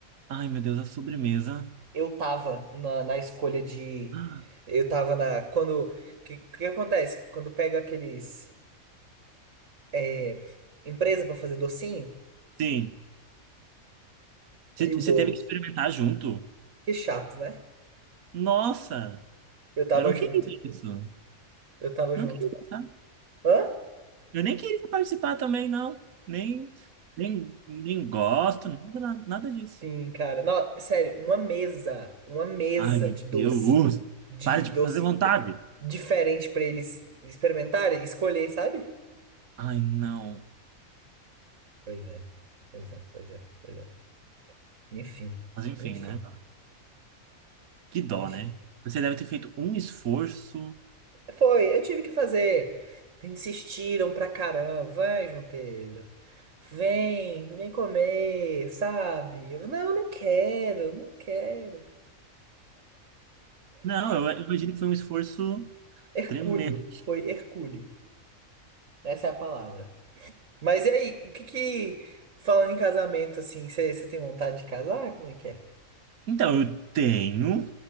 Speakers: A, on the right (about 85°); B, on the right (about 60°).
A: Ai, meu Deus, a sobremesa.
B: Eu tava na, na escolha de.
A: Ah,
B: Eu tava na. Quando. O que, que acontece? Quando pega aqueles. É, empresa pra fazer docinho
A: Sim. Você
B: e
A: você
B: o bolo.
A: teve que experimentar junto?
B: Que chato, né?
A: Nossa,
B: Eu tava
A: eu não
B: junto.
A: queria isso.
B: Eu tava
A: Não
B: junto.
A: queria, sabe?
B: Hã?
A: Eu nem queria participar também, não. Nem, nem, nem gosto, nada, nada disso.
B: Sim, cara. Não, sério, uma mesa. Uma mesa
A: Ai, meu
B: de doce.
A: Deus!
B: De
A: Para de
B: doce
A: fazer vontade!
B: diferente pra eles experimentarem e escolher, sabe?
A: Ai, não.
B: Pois é, pois é, pois é, pois é. Enfim,
A: Mas enfim,
B: enfim,
A: né? Que dó,
B: enfim.
A: né? Você deve ter feito um esforço.
B: Foi, eu tive que fazer. Insistiram pra caramba. Vai, João Pedro. Vem, vem comer, sabe? Eu, não, não quero, não quero.
A: Não, eu eu imagino que foi um esforço
B: Hercúleo,
A: tremendo.
B: foi Hercúleo. Essa é a palavra. Mas e aí, o que que, falando em casamento, assim, você tem vontade de casar? Como é que é?
A: Então, eu tenho.